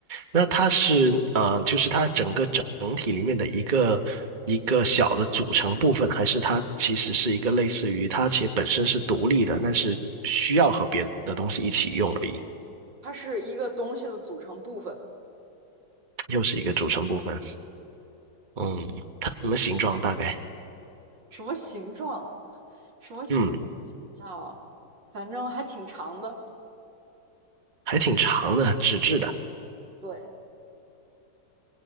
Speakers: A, on the right; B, on the right.
A: 那它是呃，就是它整个整体里面的一个一个小的组成部分，还是它其实是一个类似于它其实本身是独立的，但是需要和别的东西一起用而已，
B: 它是一个东西的组成部分，
A: 又是一个组成部分。嗯，它什么形状大概？
B: 什么形状？什么形象？
A: 嗯，
B: 想一下啊，反正还挺长的。
A: 还挺长的，纸质的。
B: 对，